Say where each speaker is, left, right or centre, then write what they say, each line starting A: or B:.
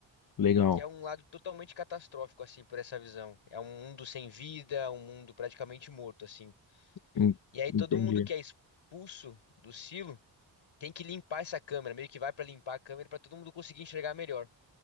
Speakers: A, on the left; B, on the left.
A: legal.
B: que é um lado totalmente catastrófico assim por essa visão. É um mundo sem vida, um mundo praticamente morto assim.
A: En-
B: E aí todo
A: Entendi.
B: mundo que é expulso do silo tem que limpar essa câmera, meio que vai para limpar a câmera para todo mundo conseguir enxergar melhor.